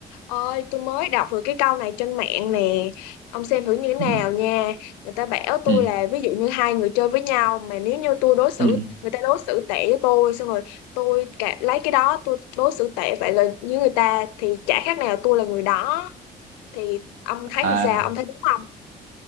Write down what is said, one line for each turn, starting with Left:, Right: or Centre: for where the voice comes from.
Left: Ôi, tôi mới đọc được cái câu này trên mạng nè. Ông xem thử như thế nào
Right: ừ
Left: nha. Người ta bảo tôi
Right: ừ
Left: là ví dụ như hai người chơi với nhau mà nếu như tôi đối xử
Right: ừ
Left: người ta đối xử tệ với tôi xong rồi tôi cả, lấy cái đó tôi đối xử tệ vậy là như người ta thì chả khác nào tôi là người đó. Thì ông thấy
Right: à
Left: như sao? Ông thấy đúng không?